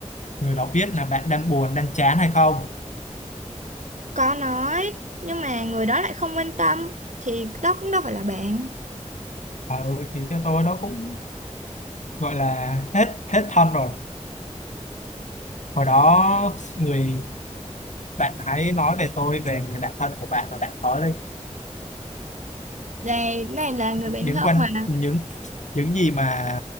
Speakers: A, on the left; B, on the right.
A: người đó biết là bạn đang buồn đang chán hay không
B: có nói nhưng mà người đó lại không quan tâm thì đó cũng đâu phải là bạn
A: ừ, thì theo tôi đó cũng gọi là hết hết thân rồi hồi đó người bạn hãy nói về tôi về người bạn thân của bạn và bạn có đây
B: này này là người
A: những
B: bạn thân
A: quan
B: mà
A: những những gì mà